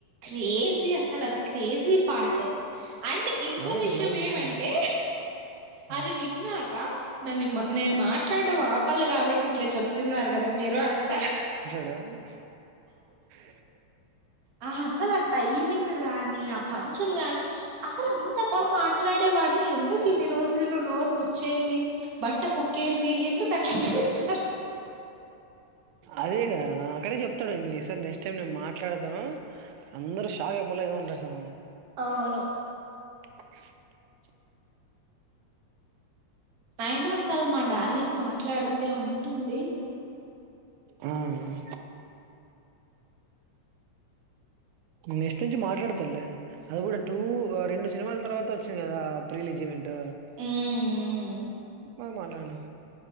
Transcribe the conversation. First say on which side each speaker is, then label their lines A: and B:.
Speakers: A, on the right; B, on the right.
A: క్రేజీ అసలది క్రేజీ పార్ట్ అంటే ఇంకో
B: అదే
A: విషయం
B: నేను లైవ్ చూస్తున్నా
A: ఏమ్ ఏమంటే
B: హ్మ్
A: అది విన్నాక నన్నెమా నేను మాట్లాడం ఆపలి గాబట్టి ఇట్ల చెప్తున్నారు గదా మీరు అంట
B: అ
A: అహ అసలా టైమింగ్ గాని, ఆ పంచులు గానీ అసలు అంత బా మాట్లాడే వాడ్ని ఎందుకిన్ని రోజులు నోర్ముచ్చేస్ ఇ బట్ట కుక్కెసి ఎందుకట్ల చంపేస్తున్నారు
B: అదేగదా క్కనీ చెప్తడు ఇన్ ఇ సారి నెక్స్ట్ టైం నేన్ మాట్లాడతాను అందరూ షాక్ అయిపోలే ఏదో అంటాడు
A: అవును
B: <inaudible>
A: అయినాసలు మా డార్లింగ్ మాట్లాడితే ఉంటుంది
B: ఉమ్ నెక్స్ట్ నుంచి మాట్లాడుతడ్లె అది గూడ టూ రెండు సినిమాల తర్వాత వచ్చింది కదా ఆ ప్రిలీజేవెంట్ ట్
A: హ్మ్ హ్మ్
B: బాగ మాట్లాడినా